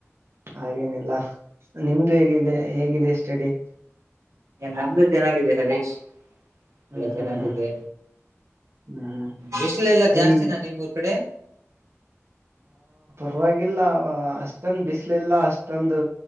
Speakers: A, on the right (about 60°); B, on the right (about 85°).
A: ಹಾಗೇನಿಲ್ಲ ನಿಮ್ದ ಇದು ಹೇಗಿದೆ
B: ಹೌದಾ
A: ಹೇಗಿದೆ ಸ್ಟಡಿ
B: ನಮ್ದು ಚೆನಾಗಿದೆ ಹರೀಶ್
A: ಹ್ಮ್
B: ಎಲ್ಲ ಚೆನ್ನಾಗಿದೆ
A: ಹ್ಮ್ ಹ್ಮ್ ಹ್ಮ್ ಹ್ಮ್
B: ಬಿಸಿಲೆ ಎಲ್ಲಾ ಜಾಸ್ತಿನ
A: ಈ
B: ನಿಮ್ಮ್ೂರ್ ಕಡೆ
A: ಹವಾಗಿಲ್ಲ ಅಷ್ಟೊಂದ್ ಬಿಸಿಲುಿಲ್ಲ ಅಷ್ಟೊಂದು